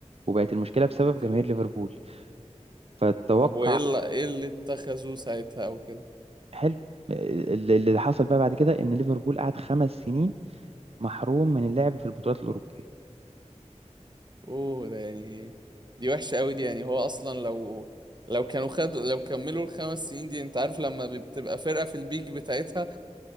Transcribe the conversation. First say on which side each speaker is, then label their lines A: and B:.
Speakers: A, on the right; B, on the right.
A: وبقت المشكله بسبب
B: اوكي
A: جماهير ليفربول فتوقع
B: طب وايه اللي ايه اللي اتخذوه ساعتها او كده
A: حلو اللي اللي حصل بقى بعد كده ان ليفربول قعد خمس سنين محروم من اللعب في البطولات الاوروبيه
B: اوه ده يعني دي وحشة اوي دي يعني هو اصلا لو لو كانوا خدوا لو كملوا الخمس سنين دي انت عارف لما بتبقى فرقة في البيك بتاعتها